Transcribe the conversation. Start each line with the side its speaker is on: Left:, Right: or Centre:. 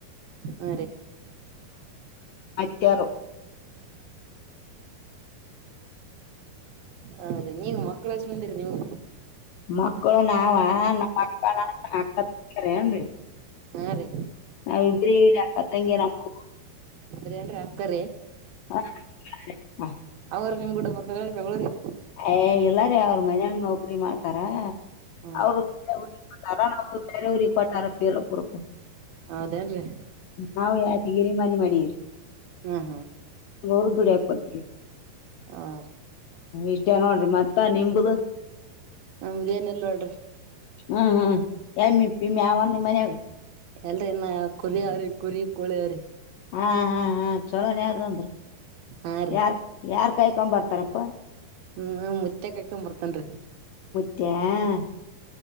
Right: ಅ
Left: ತ್ಯಾರ
Right: ಹಾ ರೀ ನೀವು ಮಕ್ಕಳ ಹೆಸಂದಿರರಿ ನೀವು
Left: ಮಕ್ಳು ನಾವ ನಮ್ಮ ಅಕ್ಕನ ಹಾಕತ್್ರ ಏನ್ರಿ
Right: ಹಾ ರೀ
Left: ನಾವಿಬ್ರ ಇಾಕ್ಕತಂಗಗೆ ನಮ್ಮ
Right: ಹೇ ರಿ ಆಕರೆ
Left: ಹ ಹಾ
Right: ಅವ ನಿಮ್ ಗೂಡ ಬರ್ತಾರೆ ರೀ ಬೆಂಗಗಳೂರಿಗೆ
Left: ಏ ಇಲ್ಲಾರಿೀ ಅವ್ರ ಮನ್ಯಾಗ ನೌಕ್ರರಿ ಮಾಡ್ತಾರ
Right: ಹಾ
Left: ಅವರು ಕೊಟ್ಟಾರ ನಾವು ಬೇರೆೆಯವಊ್ರ ಕೊಟ್ಟಾರ ಪರಪುರಕ್ಕೂ
Right: ಹೌದೇನ್ರಿ
Left: ನಾವ ಯ ನೀರೇ ಮನೆ ಮಾಡಿರಿ
Right: ಹಾ ಹಾ
Left: ಗೋರು ದುಡಿ ಹಾಕತವಿ
Right: ಹಾ ರೀ
Left: ಎಷ್ಟ ಅ ನೋಡ್ರಿ ಮತ್ತ ನಿಂಬ್ದ
Right: ನಮಗೇನ್ ಎಲ್ಲ ಹೊಡ್ರಿ
Left: ಹ್ಮ್ ಹ್ಮ ಎ ಯ ಮನ
Right: ಎಲ್ರ ಇನ್ನ ಕುರಿ ಅವ್ರಿ ಕುರಿ ಕೋಳಿರಿ
Left: ಹಾ ಹಾ ಹಾ ಚೋಲೋನ್ ಯಾವ್ದ ಅಂದ್ರ
Right: ಹಾ ರೀ
Left: ಯಾರ್ ಯಾರ್ ಕಾಯ್ಕೊ ಬರ್ತಾರಪ್ಪ
Right: ಹ್ಮ ಮುಚ್ಚಕ್ ಕಾಯ್ಕೊಂಡ್ ಬರ್ತನ್ ರಿ
Left: ಎ